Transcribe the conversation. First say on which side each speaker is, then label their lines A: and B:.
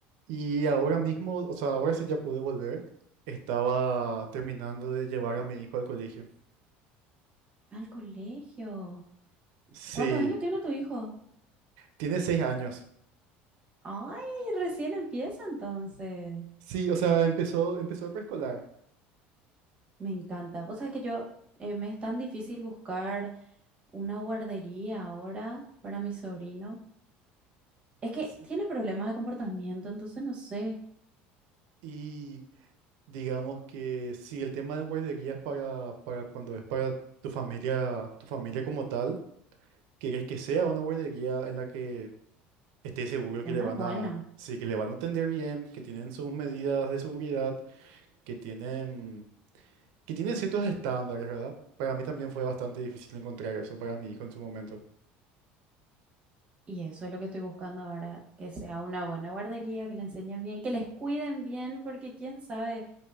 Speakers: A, on the right; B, on the right.
A: Y ahora mismo, o sea, ahora sí ya pude volver. Estaba terminando de llevar a mi hijo al colegio.
B: Al colegio.
A: Sí,
B: ¿Cuántos años tiene tu hijo?
A: tiene seis años.
B: Ay, recién empieza entonces.
A: Sí, o sea, empezó, empezó el preescolar.
B: Me encanta. Vos sabés que yo eh, me es tan difícil buscar una guardería ahora para mi sobrino. Es que
A: S-
B: tiene problemas de comportamiento, entonces no sé,
A: Y digamos que sí, el tema de guarderías para, para cuando es para tu familia, tu familia como tal, quieres que sea una guardería en la que estés seguro
B: una
A: que le van
B: buena.
A: a, sí, que le van a atender bien, que tienen sus medidas de seguridad, que tienen Que tiene ciertos estándares, ¿verdad? Para mí también fue bastante difícil encontrar eso para mi hijo en su momento.
B: Y eso es lo que estoy buscando ahora, que sea una buena guardería, que le enseñen bien, que les cuiden bien, porque quién sabe,